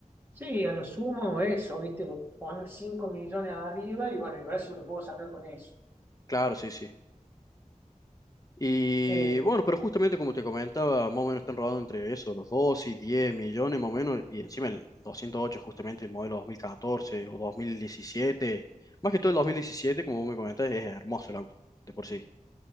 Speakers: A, on the right; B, on the left.
A: Sí, a lo sumo eso, ¿viste? Lo pones 5 millones arriba y bueno, igual eso lo puedo sacar con eso.
B: Claro, sí, sí. Y
A: Eh,
B: bueno, pero justamente como te comentaba, más o menos están rodando entre eso, los 2 y 10 millones más o menos, y encima el 208 justamente el modelo 2014 o dos mil diecisiete más que todo el 2017 como vos me comentás, es hermoso el auto, de por sí.